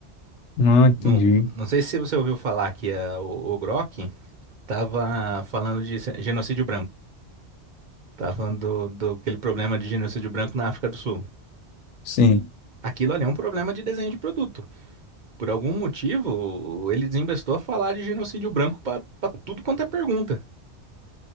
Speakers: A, on the left (about 85°); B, on the right (about 45°).
A: Ah, entendi.
B: Não, não sei se você ouviu falar que a- o, o Grok estava falando de genocídio branco. Tá falando do, do aquele problema de genocídio branco na África do Sul.
A: Sim.
B: Aquilo ali é um problema de desenho de produto. Por algum motivo, ele desembestou a falar de genocídio branco para tudo quanto é pergunta.